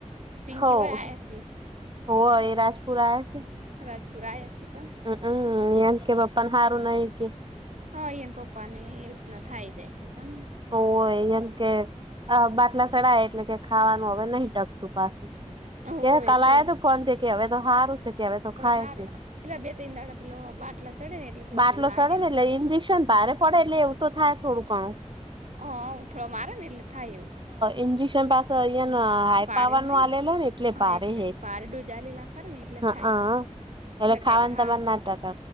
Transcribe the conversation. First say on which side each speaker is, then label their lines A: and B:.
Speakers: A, on the right; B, on the right.
A: પિંકી
B: હોવ,
A: હોય આયાસી
B: હોવ એ રાજપુર આયા છે.
A: રાજપુર આયા સી ક
B: હમ્મ એ કે પપન હારું નઈ કે
A: હ એન પપ્પા ને એવી રીતના થાય જાય છે, પણ
B: ઓ હોય એમ કે અ બાટલા સડાય એટલે કે ખાવાનું હવે નહી ટકતું પાછું કે
A: હોવે
B: કાલયા
A: તે
B: તું ફોન થી કે હવે તો સારું સે કે હવે તો ખાય
A: હાર
B: છે.
A: એટલે બે ત્રણ દાડા પેલો બાટલા ચડે ને એટલે થોડુંક
B: બાટલો
A: એવું લાગે
B: સડે ને એટલે ઇન્જેક્શન ભારે પડે એટલે એવું તો થાય થોડું ઘણું
A: હ થોડો મારે ને એટલે થાય એવું
B: ઈજેક્શન પા અહિયાં હાઈ
A: ભારે
B: પાવર
A: હોય
B: નું આલેલો ને એટલે
A: હા
B: ભારે હે
A: ભારે ડોઝ આલેલા ખરે ને એટલે
B: હા.
A: થાય
B: એટલે ખાવાનું
A: કહેવાય હારું
B: તમારે ના
A: છે
B: ટકે,